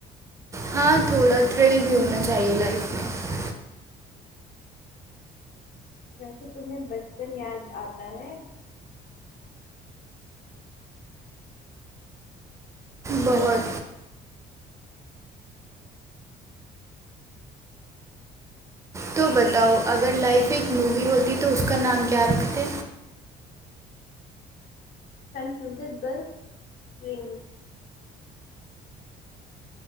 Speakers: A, on the right; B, on the left.
A: ہاں تھوڑا تھرل بھی ہونا چاہیے لائف میں
B: ویسے تمہیں بچپن یاد آتا ہے
A: بہت تو بتاؤ اگر لائف ایک مووی ہوتی تو اس کا نام کیا رکھتے
B: کنفیوزڈ بل ٹریم